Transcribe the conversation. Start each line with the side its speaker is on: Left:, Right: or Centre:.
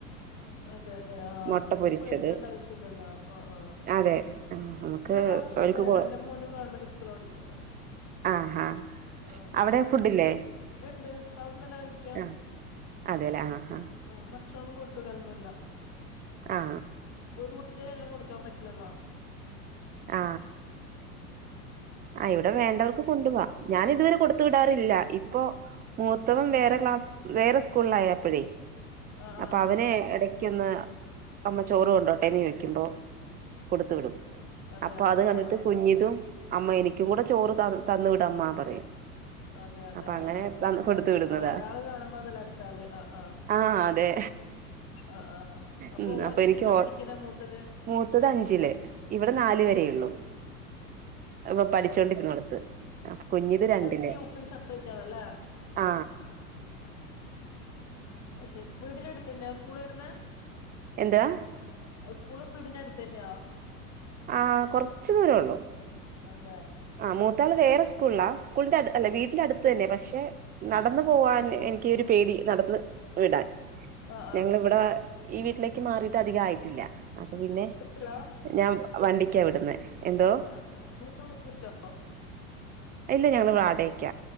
Left: അതെ അതെ ആ
Right: മുട്ട
Left: ന്നാ പിന്നെ
Right: പൊരിച്ചത്
Left: പേടിക്കണ്ട ആവശ്യല്ലല്ലോ ആഹ് ആഹ്
Right: അതെ ആ നമുക്ക്
Left: നല്ല ഭക്ഷണതെന്നെണ്ട്
Right: അവർക്ക് കൊ
Left: എന്റെ മോനും ഗവൺമെന്റ് സ്കൂള്ലാ പഠിക്കുന്നെ
Right: ആ ആ
Left: ആ
Right: അവിടെ ഫുഡില്ലേ
Left: ണ്ട് അവ്ട്ന്നെന്നെ കഴിക്കാ
Right: ആ അതെല്ലേ ആഹ് ആഹ്
Left: ഉം ഭക്ഷണൊന്നും കൊട്ത്ത് വിടലൊന്നുല്ല
Right: ആ
Left: ഒരു കുട്ടിക്കേ അങ്ങനെ കൊടുക്കാൻ പറ്റില്ലല്ലോ
Right: ആ ആ ഇവടെ വേണ്ടവർക്ക് കൊണ്ടു പോവാ ഞാൻ ഇതുവരെ
Left: അതെ
Right: കൊട്ത്ത് വി ടാറില്ല ഇപ്പ മൂത്തവൻ വേറെ ക്ലാസ് വേറെ സ്കൂളിലായപ്പഴേ
Left: ആഹ്
Right: അപ്പ
Left: ആഹ്
Right: അവനെ എടക് ക്ക്ന്ന് അമ്മ ചോറ് കൊണ്ടോട്ടെന്ന് ചോയ്ക്കുമ്പോ കൊടുത്തുവിടും
Left: അതെ
Right: അപ്പൊ
Left: അതെ
Right: അത് കണ്ടിട്ട്
Left: ആഹ് ആഹ്
Right: കുഞ്ഞിതും അമ്മ എനിക്കും കൂടെ ചോറ് തന്ന് തന്ന് വിടമ്മ പറയും
Left: അതെ അതെ
Right: അപ്പൊ അങ്ങനെ
Left: ആഹ്
Right: കൊടുത്തു വിടുന്നതാ
Left: ഒരാള് കാണുമ്പോന്നല്ല അടുത്താള് ആഹ് ആഹ്
Right: ആ അതെ
Left: ആ ആ അപ്പോന്
Right: ഉം അപ്പൊ എനിക്ക്
Left: എത്രേല
Right: ഓ
Left: പഠിക്ക്ന്നെ മൂത്തത്
Right: മൂത്തത് അഞ്ചില് ഇവിടെ നാല്വരെ
Left: ഓ
Right: ഉള്ളൂ ഇപ്പൊ പഠിച്ചോണ്ടിരുന്നോട്ത്ത്
Left: ആഹ്
Right: കുഞ്ഞിത് രണ്ട്ല്
Left: പ്പി ഉപ്പി സപ്രേറ്റാണല്ലെ
Right: ആ
Left: അത് ശെരി വീട്നട്ത്തെന്ന സ്കൂള് വെര്ന്നെ
Right: എന്താ
Left: സ്കൂള് വീടിനട്ത്തെന്നാ
Right: ആ കൊർച്ച് ദൂരൊള്ളു
Left: അതെ
Right: ആ മൂത്താള് വേറെ സ്കൂള്ല സ്കൂളിന്റെ അട് അല്ല വീട്ടിന്റട്ത്തെന്നെ പക്ഷെ നടന്നു പോവാൻ എനിക്ക് ഒരു പേടി നടന്ന് വിടാൻ
Left: ആഹ്
Right: ഞങ്ങള് ഇവടെ ഈ വീട്ടിലേക്ക് മാറിട്ട് അധികായിട്ടില്ല അപ്പൊ പിന്നെ
Left: ഹലോ
Right: ഞാൻ വണ്ടിക്കാ വിടുന്നെ എന്തോ
Left: <unintelligible> ച്ചോ
Right: ഇല്ല ഞങ്ങള് വാടകയ്ക്ക